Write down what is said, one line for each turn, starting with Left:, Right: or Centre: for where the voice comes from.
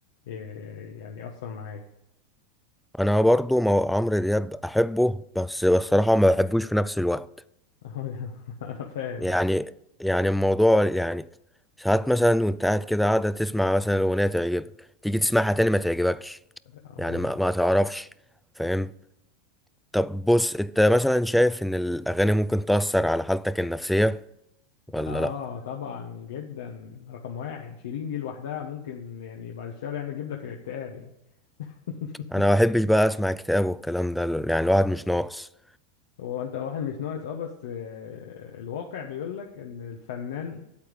Left: آه، يعني يأثر معايا
Centre: انا برضه مو- عمرو دياب احبه بس بصراحه ما بحبوش في نفس الوقت
Left: <laughs> انا فاهم
Centre: يعني يعني الموضوع يعني ساعات مثلا وانت قاعد كده قاعدة تسمع مثلا أغنية تعجبك تيجي تسمعها تاني ما تعجبكش
Left: هو
Centre: يعني ما, ما تعرفش فاهم طب بص انت مثلا شايف ان الأغاني ممكن تأثر على حالتك النفسية ولا
Left: اه
Centre: لأ
Left: طبعا جدا رقم واحد شيرين دي لوحدها ممكن يعني بعد الشهر يعني اجيب لك اكتئاب يعني <laughs>
Centre: انا ما بحبش بقى اسمع اكتئاب والكلام ده يعني الواحد مش ناقص
Left: هو انت واحد مش ناقص اه بس آه، الواقع بيقول لك ان الفنان